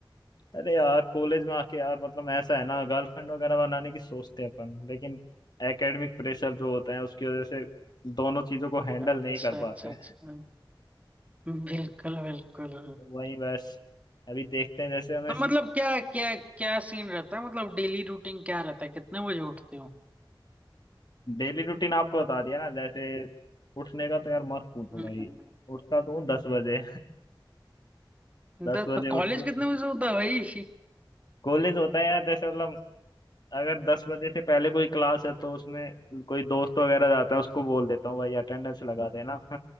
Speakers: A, on the left; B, on the right.
A: अरे यार कॉलेज में आके यार मतलब ऐसा है ना गर्लफ्रेंड वगैरह बनाने की सोचते हैं अपन लेकिन एकेडमिक प्रेशर जो होता है उसकी वजह से दोनों चीजों को हैंडल
B: अच्छा
A: नहीं कर
B: अच्छा
A: पाते
B: अच्छा बिल्कुल बिल्कुल
A: <laughs> वही बस अभी देखते हैं जैसे हमें
B: तो मतलब क्या क्या क्या सीन रहता है मतलब डेली रूटीन क्या रहता है कितने बजे उठते हो
A: डेली रूटीन आपको बता दिया ना जैसे उठने का तो यार मत पूछो
B: हम्म
A: भाई उठता तो हूँ दस बजे <laughs>
B: द-
A: दस बजे
B: तो कॉलेज
A: उठ के
B: कितने बजे से होता है भाई
A: कॉलेज होता है यार जैसे मतलब अगर दस बजे से पहले कोई क्लास है तो उसमें कोई दोस्त वगैरह जाता है उसको बोल देता हूँ भाई अटेंडेंस लगा देना <laughs>